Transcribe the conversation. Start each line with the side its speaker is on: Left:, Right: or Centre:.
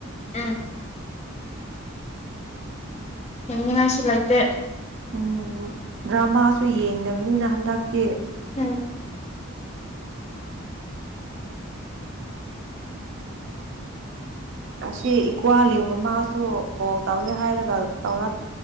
Left: ꯎꯝ ꯌꯦꯡꯅꯤꯉꯥꯏꯁꯨꯂꯥꯏꯇꯦ
Right: ꯎꯝ ꯗ꯭ꯔꯃꯥꯁꯨ ꯌꯦꯡꯗꯕꯅꯤꯅ ꯍꯟꯗꯛꯇꯤ
Left: ꯎꯝ
Right: ꯑꯁꯤ ꯏꯀ꯭ꯋꯥꯂꯤ ꯃꯃꯥꯁꯨ ꯀꯣꯜ ꯇꯧꯒꯦ ꯍꯥꯏꯔꯒ ꯇꯧꯔꯛ